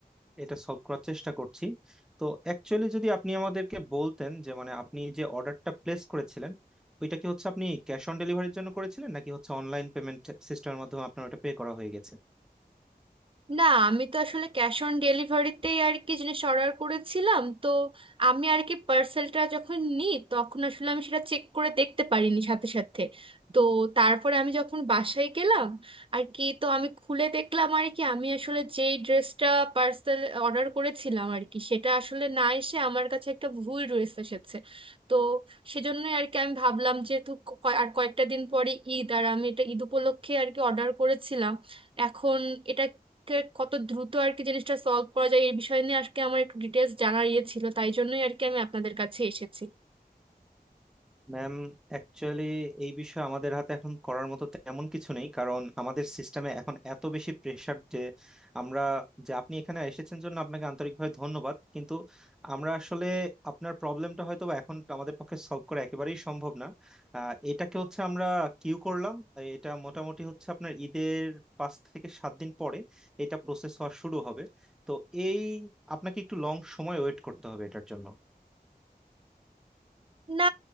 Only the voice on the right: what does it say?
না আমি তো আসলে ক্যাশ অন ডেলিভারিতেই আর কি জিনিস অর্ডার করেছিলাম তো আমি আর কি পার্সেলটা যখন নিই তখন আসলে আমি সেটা চেক করে দেখতে পারিনি সাথে সাথে তো তারপরে আমি যখন বাসায় গেলাম আর কি তো আমি খুলে দেখলাম আর কি আমি আসলে যেই ড্রেসটা পার্সেল অর্ডার করেছিলাম আর কি সেটা আসলে না এসে আমার কাছে একটা ভুল ড্রেস এসেছে তো সেজন্যই আর কি আমি ভাবলাম যেহেতু ক- আর কয়েকটা দিন পরে ঈদ আর আমি এটা ঈদ উপলক্ষে আর কি অর্ডার করেছিলাম এখন এটা কে- কত দ্রুত আর কি জিনিসটা সলভ করা যায় এই বিষয় নিয়ে আজকে আমার একটু ডিটেলস জানার ইয়ে ছিল তাই জন্যই আর কি আমি আপনাদের কাছে এসেছি
না